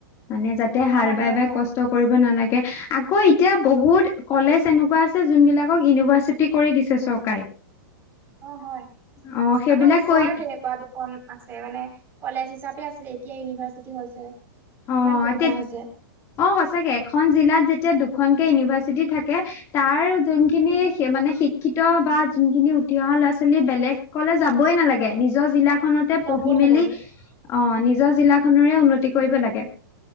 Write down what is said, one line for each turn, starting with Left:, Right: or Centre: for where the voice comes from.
Left: মানে যাতে হাল
Right: হয় হয়
Left: বাই বাই
Right: অ'।
Left: কষ্ট কৰিব নালাগে। আকৌ এতিয়া বহুত কলেজ এনেকুৱা আছে যোনবিলাকক ইউনিভাৰ্চিট চিটি কৰি দিছে চৰকাৰে।
Right: অ' হয়।
Left: অ সেইবিলাক
Right: আমাৰ ওচৰৰে
Left: কৈ
Right: তেনেকুৱা কন আছে, মানে কলেজ হিচাপে আছিলে এতিয়া ইউনিভাৰ্চিটি হৈছে। কিমান
Left: অ
Right: সুবিধা
Left: তে
Right: হৈছে।
Left: অ' সঁচাকে এখন জিলাত যেতিয়া দুখনকে ইউনিভাৰ্চিটি থাকে তাৰ যোনখিনি
Right: উম।
Left: শে মানে শিক শিক্ষিত বা জোনখিনি উঠি অহা ল'ৰা ছোৱালী বেলেগলৈ যাবই নালাগে, নিজৰ জিলাক খনতে
Right: যাবই
Left: পঢ়ি
Right: নালাগে
Left: মেলি অ' নিজৰ জিলাখনৰে উন্নতি কৰিব লাগে।